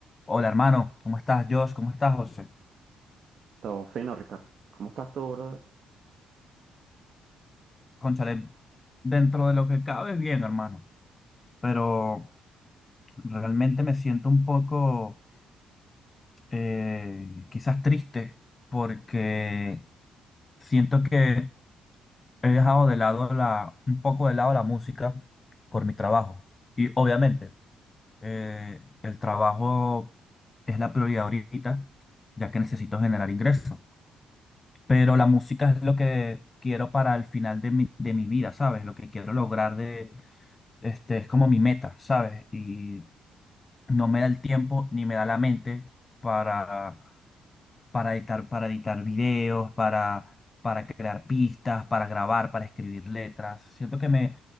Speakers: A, on the left; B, on the right.
A: Hola hermano, ¿cómo estás Josh? ¿Cómo estás José?
B: Todo fino, Ricardo. ¿Cómo estás tú, brother?
A: Cónchale, dentro de lo que cabe bien hermano, pero realmente me siento un poco eh, quizás triste porque siento que he dejado de lado la, un poco de lado la música por mi trabajo. Y obviamente eh, el trabajo es la prioridad ahorita, ya que necesito generar ingresos. pero la música es lo que quiero para el final de mi, de mi vida, ¿sabes? Lo que quiero lograr de, este, es como mi meta, ¿sabes? Y no me da el tiempo ni me da la mente para para editar, para editar videos, para, para crear pistas, para grabar, para escribir letras. Siento que me,